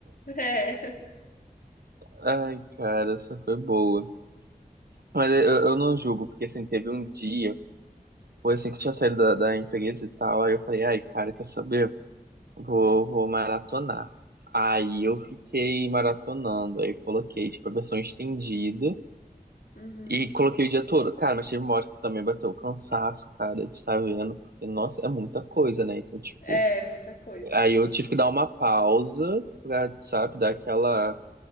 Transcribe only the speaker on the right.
Ai, cara, essa foi boa. Mas eu, eu não julgo, porque assim, teve um dia, foi assim que eu tinha saído da, da empresa e tal, aí eu falei, ai, cara, quer saber? Vou, vou maratonar. Aí eu fiquei maratonando, aí coloquei, tipo, a versão estendida
e coloquei o dia todo. Cara, mas teve uma hora que também bateu o cansaço, cara, de estar vendo, porque, nossa, é muita coisa, né? Então, tipo,
aí eu tive que dar uma pausa pra, sabe, dar aquela